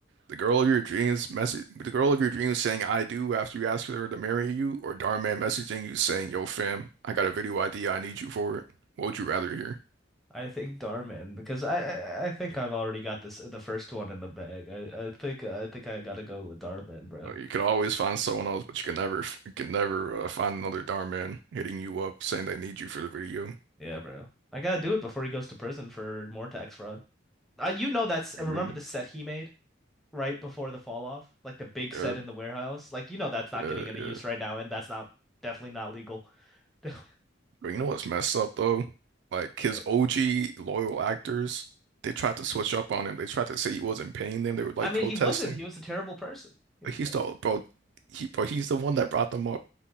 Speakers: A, on the right; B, in the centre.
A: The girl of your dreams message the girl of your dreams saying I do after you ask her to marry you, or Darman messaging you saying, Yo fam, I got a video idea, I need you for it. What would you rather hear?
B: I think Darman because I, I I think I've already got this the first one in the bag. I I think I think I gotta go with Darman, bro.
A: Uh, You could always find someone else, but you can never f- you can never uh, find another Darman hitting you up saying they need you for the video.
B: Yeah, bro. I gotta do it before he goes to prison for more tax fraud. Uh, you know that's
A: Amen.
B: remember the set he made right before the fall off, like the big
A: Yeah,
B: set in the warehouse. Like you know that's not
A: yeah,
B: getting any
A: yeah.
B: use right now, and that's not definitely not legal. <laughs> What's
A: But you know what's messed up though? Like his
B: up?
A: OG loyal actors, they tried to switch up on him. They tried to say he wasn't paying them. They were like
B: I mean,
A: protesting.
B: he wasn't. He was a terrible person. He
A: But
B: was a
A: he's
B: ter-
A: the bro. He bro. He's the one that brought them up,